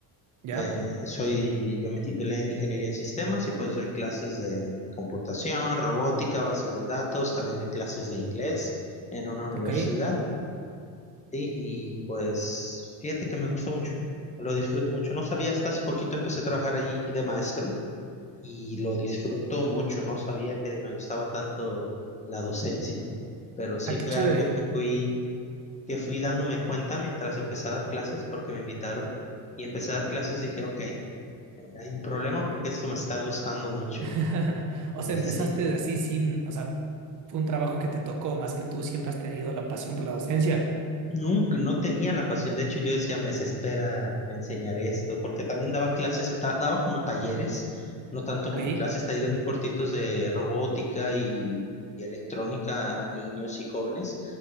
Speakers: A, on the right; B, on the left.
A: ¿Ya?
B: Eh, soy, yo me titulé en Ingeniería en Sistemas y pues doy clases de computación, robótica, base de datos, también doy clases de inglés en una universidad
A: Ok,
B: y, y pues fíjate que me gusta mucho, lo disfruto mucho. No sabía, hasta hace poquito empecé a trabajar ahí de maestro y lo disfruto mucho, no sabía que me gustaba tanto la docencia, pero sí
A: ah, qué
B: fue
A: chévere.
B: algo que fui, que fui dándome cuenta mientras empecé a dar clases porque me invitaron y empecé a dar clases, dije, ok, hay un problema porque esto me está gustando mucho.
A: <laughs> O
B: Y
A: sea, empezaste
B: sí,
A: así sin, o sea, fue un trabajo que te tocó más que tú siempre has tenido la pasión por la docencia.
B: Nunca, no tenía la pasión. De hecho, yo decía, me desespera enseñar esto, porque también daba clases, ta- daba como talleres, no tanto
A: Ok.
B: como clases, talleres muy cortitos de robótica y, y electrónica a niños y jóvenes.